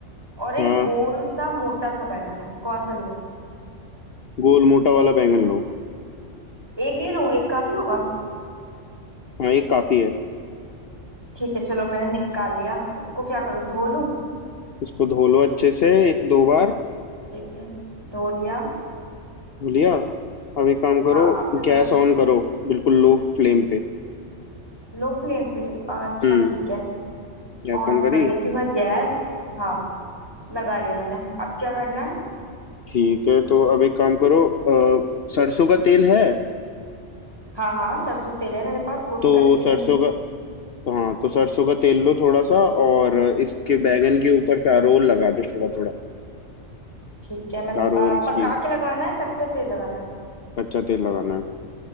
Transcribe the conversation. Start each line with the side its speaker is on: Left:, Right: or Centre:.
Right: और एक
Left: हाँ
Right: गोल सा मोटा सा बैगन है कौन सा लूं
Left: गोल मोटा वाला बैंगन लो
Right: एक ही लूं एक काफी होगा
Left: हाँ ये काफी है
Right: ठीक है चलो मैंने निकाल लिया इसको क्या करूँ धो लूं
Left: इसको धो लो अच्छे से दो बार
Right: ठीक है धो लिया
Left: बोलिया अब एक काम करो
Right: हाँ अब क्या करूँ
Left: गैस ऑन करो बिल्कुल लो फ्लेम पे
Right: लो फ्लेम पे अच्छा
Left: हम्म
Right: ठीक है
Left: गैस
Right: ऑन
Left: ऑन करी
Right: कर लेती हूँ मैं गैस हाँ लगा लिया मैंने अब क्या करना है
Left: ठीक है तो अब एक काम करो अ, सरसों का तेल है
Right: हाँ हाँ सरसों तेल है मेरे पास वो भी
Left: तो
Right: कच्ची
Left: सरसों
Right: घनी
Left: का हाँ तो सरसों का तेल लो थोड़ा सा और इसके बैंगन के ऊपर चारों ओर लगा दे थोड़ा थोड़ा
Right: ठीक है मैं
Left: चारों
Right: आ,
Left: ओर इसकी
Right: पका के लगाना है कच्चा तेल लगाना है
Left: कच्चा तेल लगाना है